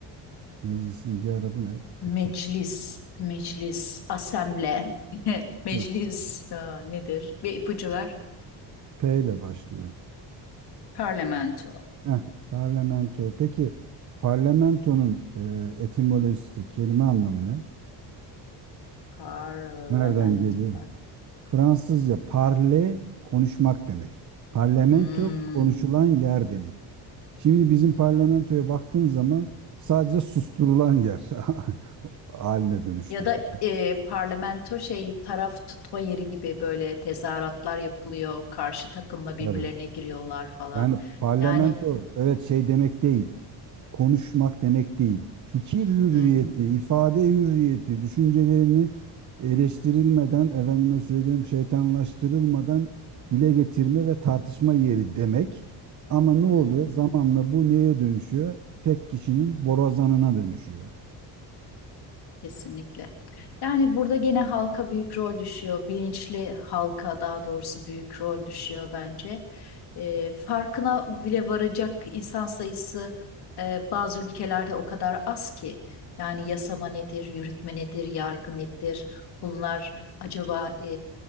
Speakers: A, on the right; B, on the left.
A: Meclisin diğer adı ne Türkçe'de?
B: Meclis, meclis, asemble, <laughs> meclis
A: Yok.
B: e, nedir? Bir ipucu ver.
A: P ile başlıyor.
B: Parlamento,
A: Heh, parlamento. Peki parlamentonun e, etimolojisi, kelime anlamı ne?
B: parlament,
A: Nereden geliyor?
B: parlament.
A: Fransızca parle konuşmak demek. Parlamento
B: Hmm.
A: konuşulan yer demek. Şimdi bizim parlamentoya baktığın zaman sadece susturulan yer <laughs> haline dönüştü.
B: Ya da e, parlamento şey taraf tutma yeri gibi böyle tezahüratlar yapılıyor. Karşı takımla birbirlerine
A: Tabii.
B: giriyorlar falan.
A: Yani parlamento
B: Yani
A: evet şey demek değil. Konuşmak demek değil. Fikir hürriyeti,
B: Hı hı,
A: ifade hürriyeti, düşüncelerini eleştirilmeden, efendime söyleyeyim şeytanlaştırılmadan dile getirme ve tartışma yeri demek. Ama ne oluyor?
B: hı hı,
A: Zamanla bu neye dönüşüyor? Tek kişinin borazanına dönüşüyor.
B: kesinlikle. Yani burada gene halka büyük rol düşüyor. Bilinçli halka daha doğrusu büyük rol düşüyor bence. Ee, farkına bile varacak insan sayısı e, bazı ülkelerde o kadar az ki. Yani yasama nedir, yürütme nedir, yargı nedir? Bunlar acaba e,